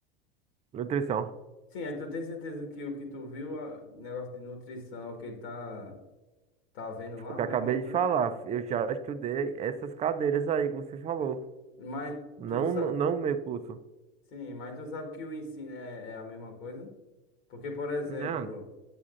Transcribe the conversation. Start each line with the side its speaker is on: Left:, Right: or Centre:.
Right: Nutrição.
Left: Sim, aí tu tem certeza que o que tu viu, a- negócio de nutrição, o que ele tá, tá vendo lá,
Right: O que
Left: a
Right: eu
Left: mesma
Right: acabei
Left: coisa?
Right: de falar, eu já estudei essas cadeiras aí que você falou.
Left: Mas
Right: Não,
Left: tu sabe,
Right: não o meu curso.
Left: sim, mas tu sabe que o ensino é, é a mesma coisa? Porque, por exemplo,
Right: Não.